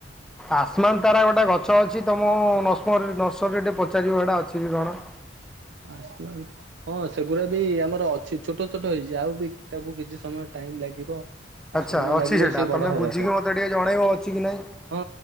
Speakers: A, in the centre; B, on the right (about 75°).
A: ଆସମାନ୍ ତାରା ଗୋଟେ ସେଟା ଗଛ ଅଛି ତମ ନସ୍ପରି ନର୍ସରୀରେ ଟିକେ ପଚାରିବ ସେଟା ଅଛି କି କଣ?
B: ଆସମାନ୍ ତା ହଁ ସେଗୁରା ବି ଆମର ଅଛି। ଛୋଟ ଛୋଟ ହେଇଛି ଆଉ ବି ତାକୁ କିଛି ସମୟ ଟାଇମ ଲାଗିବ ଆଉ
A: ଆଚ୍ଛା।
B: ସମୟ
A: ଅଛି
B: ଲାଗିବ
A: ସେଟା
B: ସେ ବଡ
A: ତମେ
B: ହବା
A: ବୁଝିକି
B: ପାଇଁ।
A: ମତେ ଟିକେ ଜଣେଇବ ଅଛି କି ନାଇଁ?
B: ହଁ।